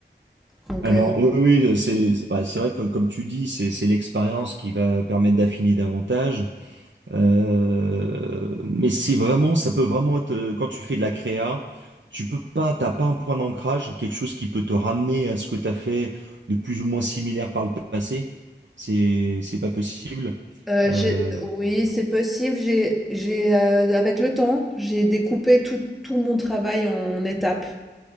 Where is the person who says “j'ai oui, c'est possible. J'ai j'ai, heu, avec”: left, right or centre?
Centre